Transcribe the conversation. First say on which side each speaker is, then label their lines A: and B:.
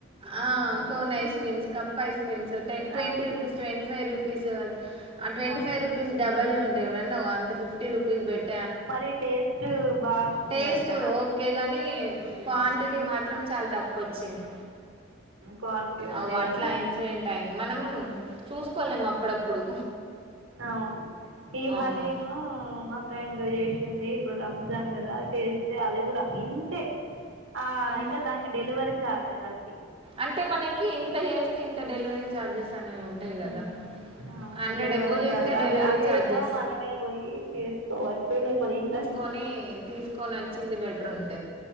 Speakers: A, on the right; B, on the right.
A: ఆ cone ice creams cup ice creams twenty
B: అవును
A: rupees twenty five rupees twenty
B: అవును
A: ఫైవ్ రూపీస్ డబల్ ఉంటాయి ఎవరన్నా అంత ఫిఫ్టీ రూపీస్ బెట్టి
B: మరి టేస్ట్ బాగుండే
A: టేస్ట్
B: అంటనా
A: ఓకే కానీ క్వాంటిటీ మాత్రం చాలా తక్కువ వచ్చింది
B: క్వాలిటీ ఓకే
A: అవు
B: గాని
A: అట్లా ఇన్సిడెంట్ అయింది మనం చూసుకోలేము అప్పుడు అప్పుడప్పుడు
B: అవును ఈ హలీము
A: అవును
B: ఫ్రెండ్ జేసింది ఇప్పుడు రంజాన్ గదా చేస్తే అది గూడా ఇంతే ఆ
A: ఎంత
B: ఇంకా దానికి డెలివరీ ఛార్జ్ కలిపి
A: అంటే మనకి ఇంత జేస్తే ఇంత డెలివరీ ఛార్జెస్ అనేవి ఉంటాయి
B: ఉమ్
A: కదా
B: అవును
A: హండ్రెడ్
B: డెలివరీ
A: అబోవ్
B: ఛార్జ్
A: చేస్తే
B: అదే
A: డెలివరీ
B: అదేదో
A: ఛార్జెస్
B: మనమే పోయి తీసుకోవచ్చు లేకపోతే ఇంట్లో
A: కొని తీసుకొని వచ్చింది బెటరండి